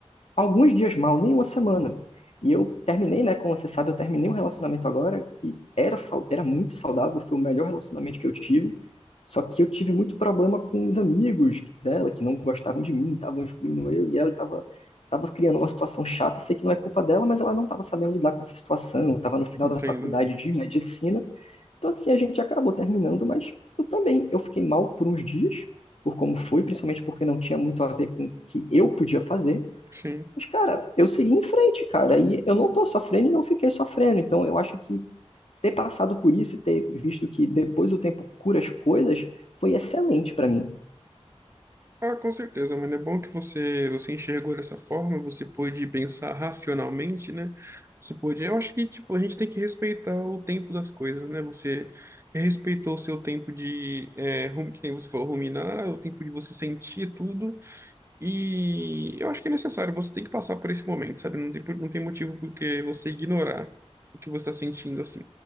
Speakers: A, on the left; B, on the right.
A: alguns dias mal, nem uma semana. E eu terminei, né? Como você sabe, eu terminei um relacionamento agora que era, sau- era muito saudável, foi o melhor relacionamento que eu tive. Só que eu tive muito problema com os amigos dela, que não gostavam de mim, estavam excluindo eu, e ela estava estava criando uma situação chata. Sei que não é culpa dela, mas ela não estava sabendo lidar com essa situação, estava no final
B: entendo.
A: da faculdade de medicina. Então, assim, a gente acabou terminando, mas eu também, eu fiquei mal por uns dias, por como foi, principalmente porque não tinha muito a ver com o que eu podia fazer.
B: Sim.
A: Mas, cara, eu segui em frente, cara, e eu não tô sofrendo e não fiquei sofrendo. Então, eu acho que ter passado por isso e ter visto que depois o tempo cura as coisas foi excelente pra mim.
B: Ah, com certeza, mano. É bom que você você enxergou dessa forma, você pôde pensar racionalmente, né? Você pôde. Eu acho que tipo a gente tem que respeitar o tempo das coisas, né? Você respeitou o seu tempo de, é, rum- que nem você falou, ruminar, o tempo de você sentir tudo. E eu acho que é necessário. Você tem que passar por esse momento, sabe? Não tem, por- não tem motivo porque você ignorar o que você está sentindo assim.